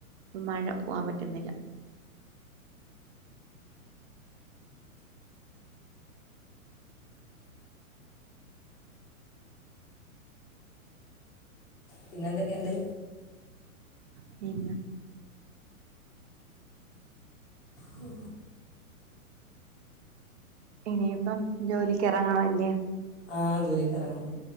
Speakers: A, on the right; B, on the left.
A: മഴ പോകാൻ പറ്റുന്നില്ല
B: പിന്നെ എന്തൊക്കെയുണ്ട്
A: പിന്ന
B: ഉ
A: ഇനിയിപ്പം ജോലിക്ക് ഇറങ്ങണ അല്ലേ
B: ആ ജോലിക്കാരാണ്